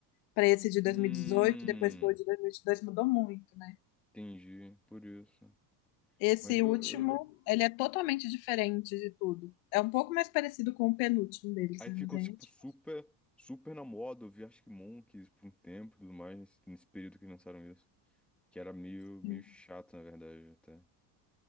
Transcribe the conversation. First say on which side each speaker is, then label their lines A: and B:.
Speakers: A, on the left (about 80°); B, in the centre.
A: pra esse de 2018,
B: Hum...
A: depois pro de 2022, mudou muito, né?
B: Entendi. Por isso.
A: Esse
B: Mas eu,
A: último,
B: eu...
A: ele é totalmente diferente de tudo. É um pouco mais parecido com o penúltimo deles,
B: Aí
A: né?
B: ficou,
A: Mas aí,
B: tipo,
A: tipo
B: super, super na moda. Eu vi acho que Monkeys por um tempo e tudo mais, nesse, nesse período que lançaram isso. Que era meio,
A: assim,
B: meio chato, na verdade, até.